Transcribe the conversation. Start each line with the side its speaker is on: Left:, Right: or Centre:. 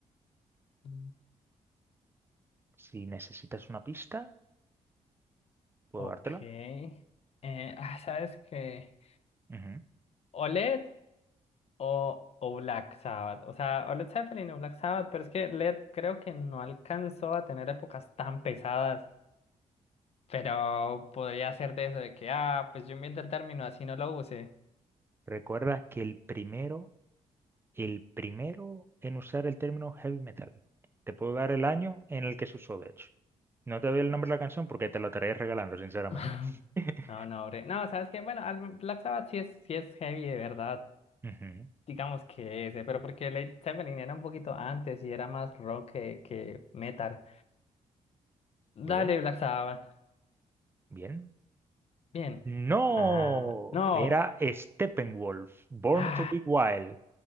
Left: Mm.
Right: Si necesitas una pista, puedo
Left: Ok.
Right: dártela.
Left: Eh, ah, ¿sabes qué?
Right: Ujú.
Left: OLED O, o Black Sabbath. O sea, o Led Zeppelin o Black Sabbath, pero es que Led creo que no alcanzó a tener épocas tan pesadas, pero podría ser de eso, de que, ah, pues yo invento el término, así no lo use.
Right: Recuerda que el primero, el primero en usar el término heavy metal. Te puedo dar el año en el que se usó, de hecho. No te doy el nombre de la canción porque te la estaré regalando, sinceramente.
Left: <laughs>
Right: <laughs>
Left: No, no, bre. No, ¿sabes que Bueno, al- Black Sabbath sí es, sí es heavy de verdad,
Right: Ujú.
Left: digamos que ese, pero porque Led Zeppelin era un poquito antes y era más rock que, que metal. Dale,
Right: Muy bien,
Left: Black Sabbath.
Right: bien.
Left: Bien.
Right: No,
Left: Ah, no.
Right: era Steppenwolf, Born
Left: Ah,
Right: to Be Wild.